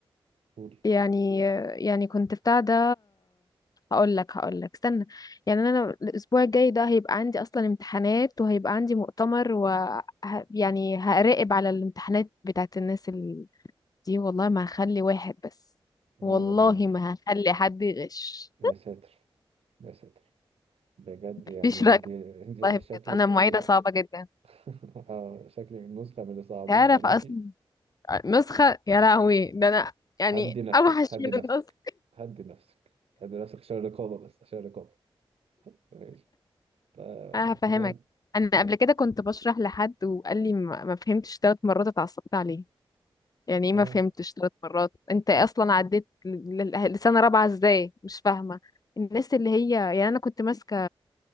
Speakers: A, on the right; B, on the left.
A: قول
B: يعني يعني كنت بتاع ده هقول لك هقول لك استنى يعني انا الاسبوع الجاي ده هيبقى عندي اصلا امتحانات وهيبقى عندي مؤتمر و ه- يعني هراقب على الامتحانات بتاعت الناس ال... دي والله ما هخلي واحد بس والله
A: اه والله
B: ما هخلي حد يغش
A: يا ساتر يا ساتر بجد يعني
B: مفيش رقم
A: دي, دي
B: والله بجد
A: شكلك
B: انا معيدة
A: ايه
B: صعبة جدا
A: <laughs> آه شكلك نسخة من اللي صعبوها
B: تعرف
A: عليكي
B: اصلا نسخة يا لهوي ده انا يعني
A: هدي نفسك
B: اوحش
A: هدي
B: من
A: نفسك
B: النسخ
A: هدي نفسك هدي نفسك عشان الرقابة بس عشان الرقابة <laughs> ماشي فتمام
B: أنا هفهمك أنا قبل كده كنت بشرح لحد وقال لي ما ما فهمتش تلات مرات اتعصبت عليه يعني إيه
A: اه
B: ما فهمتش تلات مرات أنت أصلا عديت ل- ل- لسنة رابعة إزاي مش فاهمة الناس اللي هي يعني أنا كنت ماسكة